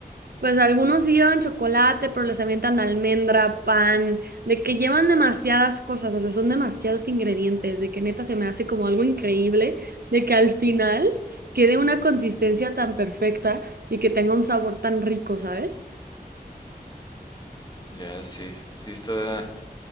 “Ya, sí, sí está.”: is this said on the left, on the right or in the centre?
Left